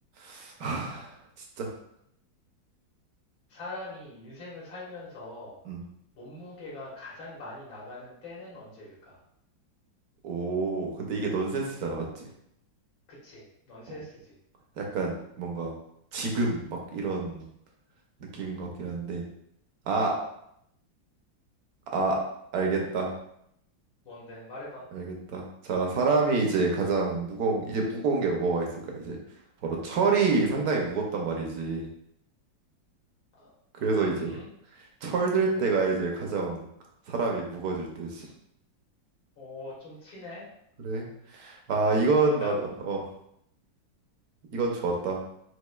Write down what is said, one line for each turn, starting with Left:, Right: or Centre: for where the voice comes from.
Right: <laughs> 하,
Left: 어,
Right: 진짜.
Left: 사람이 인생을 살면서
Right: 음,
Left: 몸무게가 가장 많이 나가는 때는 언제일까?
Right: 오, 근데 이게 넌센스잖아, 맞지?
Left: 그치? 넌센스지.
Right: 어, 약간 뭔가 지금 막 이런 느낌인 것 같긴 한데, 아, 아, 알겠다.
Left: 뭔데? 말해봐.
Right: 알겠다. 자, 사람이 이제 가장 무거운 이제 무거운 게 뭐가 있을까? 이제 바로 철이 상당히 무겁단 말이지.
Left: 아,
Right: 그래서
Left: 음,
Right: 이제 철들
Left: 그래.
Right: 때가 이제 가장 사람이 무거워질 때지.
Left: 어, 좀 치네?
Right: 그래? 아, 이건
Left: 정답.
Right: 나도 어, 이건 좋았다.